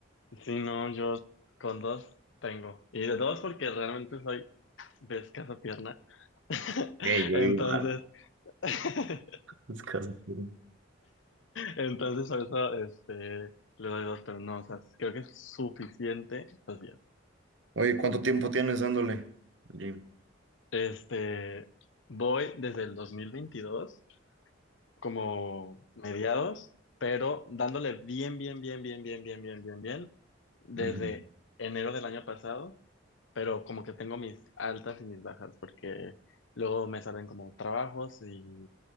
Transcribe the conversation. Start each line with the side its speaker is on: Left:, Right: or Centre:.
Left: Si no, yo con dos tengo. Y de dos porque realmente soy de escasa pierna. <laughs>
Right: Sí, yo
Left: Entonces...
Right: igual.
Left: <laughs>
Right: Es casi. puro.
Left: Entonces por eso este, le doy dos, pero no, o sea, creo que es suficiente dos días.
Right: Oye, ¿cuánto tiempo tienes dándole? al gym?
Left: Este, voy desde el 2022 como mediados, pero dándole bien, bien, bien, bien, bien, bien, bien, bien, bien, desde
Right: Ujú.
Left: enero del año pasado, pero como que tengo mis altas y mis bajas, porque luego me salen como trabajos y